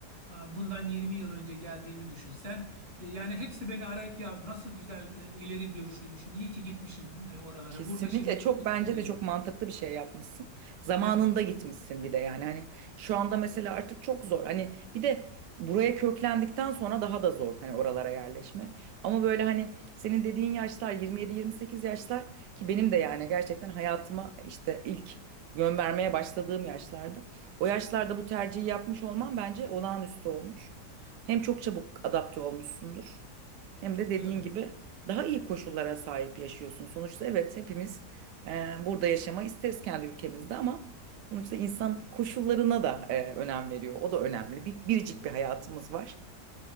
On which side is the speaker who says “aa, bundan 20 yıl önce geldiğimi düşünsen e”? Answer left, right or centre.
Right